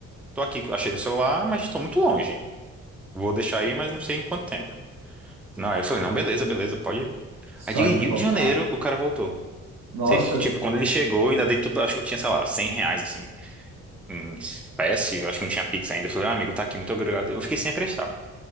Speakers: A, in the centre; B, on the right.
A: tô aqui, achei o celular, mas tô muito longe. Vou deixar aí, mas não sei em quanto tempo. Não, aí eu falei, não, beleza, beleza, pode ir.
B: Só
A: Aí de Rio
B: de voltar.
A: de Janeiro, o cara voltou.
B: Nossa,
A: Sei que, tipo, quando ele chegou, eu ainda dei tudo, acho que eu tinha, sei lá, 100 reais, assim, em espécie, eu acho que não tinha Pix ainda. Eu falei, ah, amigo, tá aqui, muito obrigado. Eu fiquei sem acreditar, pô.